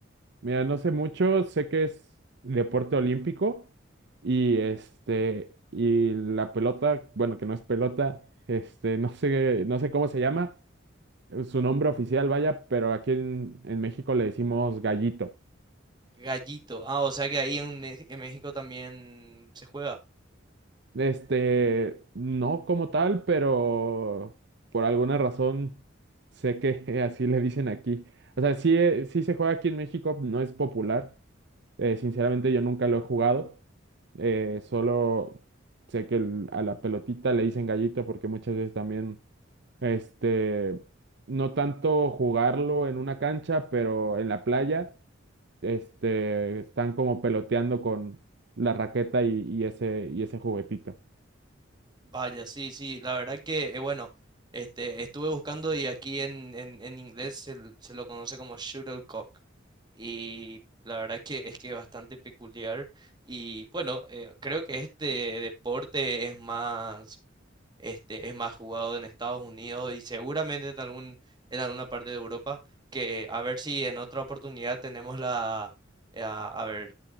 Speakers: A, on the right (about 60°); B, on the right (about 20°).
A: Mira, no sé mucho. Sé que es deporte olímpico. Y este, y la pelota, bueno, que no es pelota, este, <laughs> no sé, no sé cómo se llama, eh, su nombre oficial, vaya, pero aquí en, en México le decimos gallito.
B: Gallito. Ah, o sea que ahí en, Me- en México también se juega.
A: Este, no como tal, pero por alguna razón sé que <laughs> así le dicen aquí. O sea, sí, eh, sí se juega aquí en México, no es popular. Eh, sinceramente yo nunca lo he jugado. Eh, solo sé que el- a la pelotita le dicen gallito porque muchas veces también, este, no tanto jugarlo en una cancha, pero en la playa, este, están como peloteando con la raqueta y, y ese, y ese juguetito.
B: Vaya, sí, sí, la verdad que, eh, bueno, este, estuve buscando y aquí en, en, en inglés se, l- se lo conoce como shuttlecock. Y la verdad que es que es bastante peculiar. Y bueno, eh, creo que este deporte es más, este, es más jugado en Estados Unidos y seguramente en algún, en alguna parte de Europa, que a ver si en otra oportunidad tenemos la, eh, a a ver,